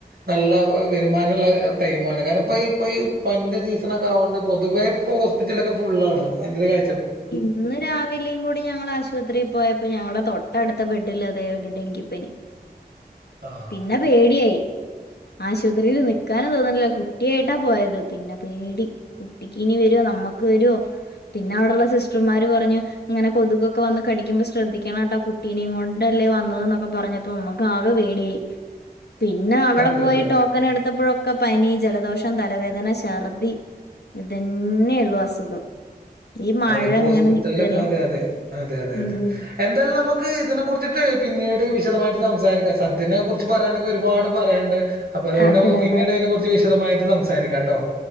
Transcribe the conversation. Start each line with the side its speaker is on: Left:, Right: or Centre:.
Right: നല്ല വരുമാനുള്ള ടൈമാണ് കാര ഇപ്പ ഇപ്പഈ പനിന്റെ സീസണ ഒക്കെ ആകോണ്ട് പൊതുവേ ഇപ്പ ഹോസ്പിറ്റല ഒക്കെ ഫുള്ളാണ് എന്റെ കാ
Left: ഇന്ന് രാവിലെയും കൂടി ഞങ്ങൾ ആശുപത്രിയിൽ പോയ അപ്പൊ ഞങ്ങളുടെ തൊട്ട അടുത്ത ബെഡിൽ അതായ ഒരു ഡെങ്കിപ്പനി
Right: ആഹ്
Left: പിന്നെ പേടിയായി ആശുപത്രിയിൽ നിക്കാന തോന്നില്ല കു കുട്ടിയായിട്ടാ പോയത് പിന്നെ പേടി കുട്ടിക്ക് ഇനി വരോ നമ്മക്ക് വരുവോ പിന്നെ അവിടെള്ള സിസ്റ്റർമാർ പറഞ്ഞു ഇങ്ങനെ കൊതുകൊക്കെ വന്ന് കടിക്ക്പോ ശ്രദ്ധിക്കണം കേട്ടാ കുട്ടീനെ കൊണ്ടല്ലേ വന്നതൊക്കെ പറഞ്ഞപ്പോ നമ്മക്ക് ആകെ പേടിയായി പിന്നെ
Right: അതെ
Left: അവിടെ പോയി
Right: അതെ അതെ
Left: ടോക്കൻ എടുത്തപ്പോഴൊക്ക ഒക്ക പനി ജലദോഷം തലവേദന ഛർദി ഇതെന്നെ ഉള്ളു അസുഖം ഈ മഴ
Right: അതെ ഇപ്പൊ
Left: ഇങ്ങനെ
Right: ഹോസ്പിറ്റലിലക്കെ
Left: നിക്കല്ലേ
Right: അതെ അതെ അതെ അതെ
Left: ഉം
Right: അതെ എന്തായാലും നമുക്ക് ഇതിനെ കുറിച്ചിട്ട് പിന്നീട് വിശദമായിട്ട് സംസാരിക്കാം സദ്യനെ കുറി പറയാണ ഒരുപാട് പറയാനുണ്ട് അപ്പൊ അതുകൊണ്ട്
Left: അതെ
Right: നമക്ക് പിന്നീട്
Left: അതെ
Right: അതിനെ കുറിച്ച് വിശദമായിട്ട് സംസാരിക്കാം കേട്ടോ